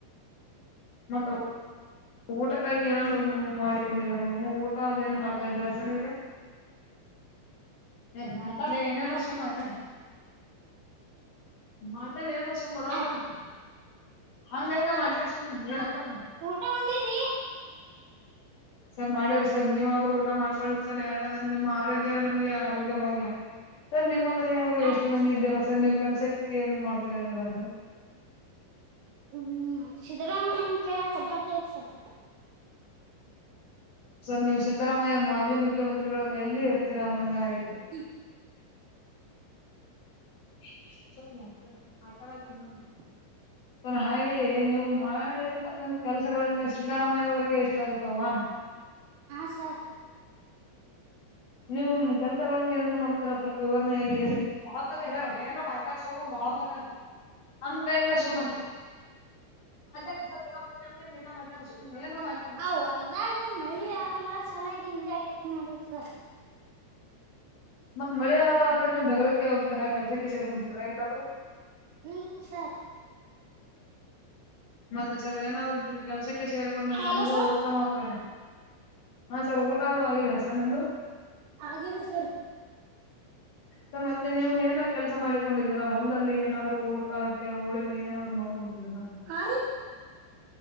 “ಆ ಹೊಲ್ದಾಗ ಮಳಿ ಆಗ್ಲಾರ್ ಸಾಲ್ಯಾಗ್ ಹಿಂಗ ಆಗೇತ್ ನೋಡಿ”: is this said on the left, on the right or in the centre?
Right